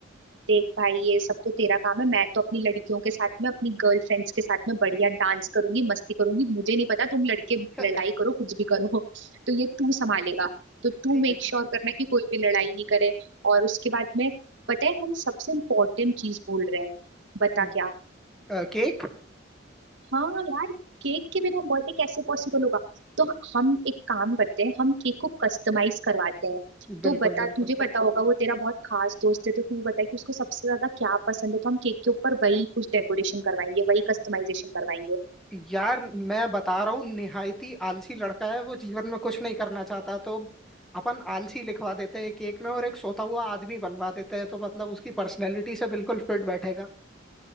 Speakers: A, on the right; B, in the centre.
A: देख भाई ये सब तो तेरा काम है मैं तो अपनी लड़कियों के साथ में अपनी गर्लफ्रेंड्स के साथ में बढ़िया डांस करूंगी मस्ती करूंगी मुझे नहीं पता तुम लड़के
B: <laughs> ठीक
A: लड़ाई करो कुछ भी करो <laughs> तो ये तू संभालेगा तो तू
B: है ठीक
A: मेक
B: है।
A: श्योर करना कि कोई भी लड़ाई नहीं करे और उसके बाद में पता है हम सबसे इम्पोर्टेंट चीज भूल रहे हैं बता
B: अम,
A: क्या
B: अ, केक
A: हाँ यार केक के बिना बर्थडे कैसे पॉसिबल होगा तो हम एक काम करते हैं हम केक को कस्टमाइज करवाते हैं तो
B: बिल्कुल
A: बता
B: बिल्कुल
A: तुझे पता होगा वो तेरा बहुत खास दोस्त है तो तू बता कि उसको सबसे ज्यादा क्या पसंद है तो हम केक के ऊपर वही कुछ डेकोरेशन करवाएंगे वही कस्टमाइजेशन करवाएंगे
B: यार मैं बता रहा हूँ निहायती आलसी लड़का है वो जीवन में कुछ नहीं करना चाहता तो अपन आलसी लिखवा देते हैं एक एक में और एक सोता हुआ आदमी बनवा देते हैं तो मतलब उसकी पर्सनैलिटी से बिल्कुल फिट बैठेगा